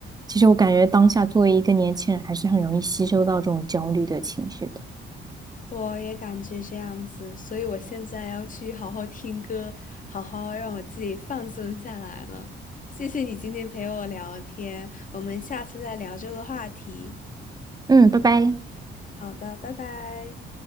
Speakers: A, on the right (about 20°); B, on the left (about 40°).
A: 其实我感觉当下作为一个年轻人，还是很容易吸收到这种焦虑的情绪的。
B: 我也感觉这样子，所以我现在要去好好听歌，好好让我自己放松下来了。谢谢你今天陪我聊天，我们下次再聊这个话题。
A: 嗯，拜拜。
B: 好的，拜拜。